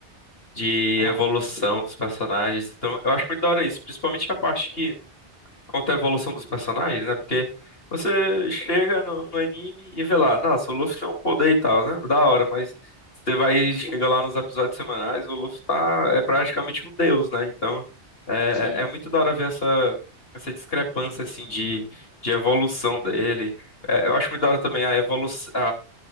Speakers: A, on the left; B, on the left.
A: de
B: Aham,
A: evolução dos personagens. Então, eu acho muito da hora isso, principalmente a parte que conta a evolução dos personagens, né? Porque você chega no, no anime e vê lá, nossa, o Luffy tem um poder e tal, né? Da hora, mas você vai chega lá nos episódios semanais, o Luffy tá é praticamente um deus, né? Então, é,
B: isso aí.
A: é é muito da hora ver essa essa discrepância assim de de evolução dele. É, eu acho muito da hora também a evolução